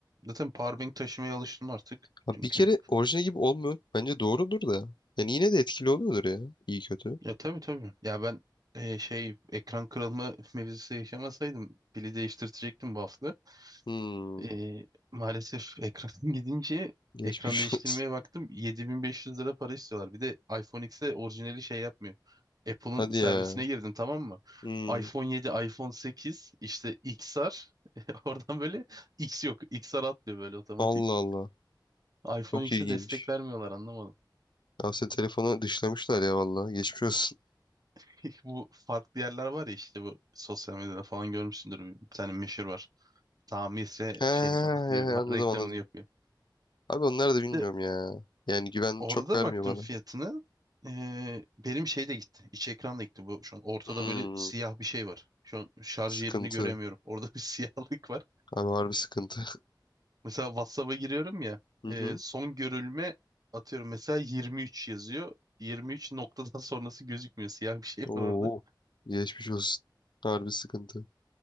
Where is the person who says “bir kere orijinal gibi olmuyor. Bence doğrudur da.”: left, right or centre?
Left